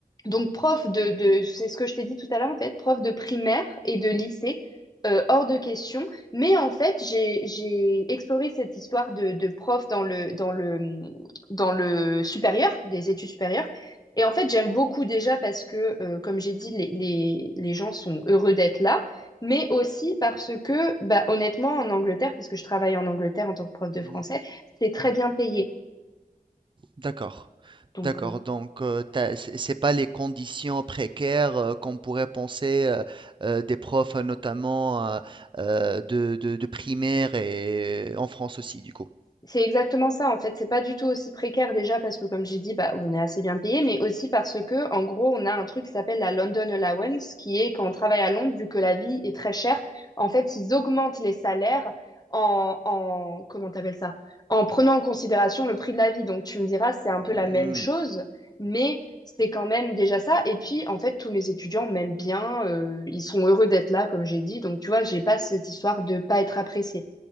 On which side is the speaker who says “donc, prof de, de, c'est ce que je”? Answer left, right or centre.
Left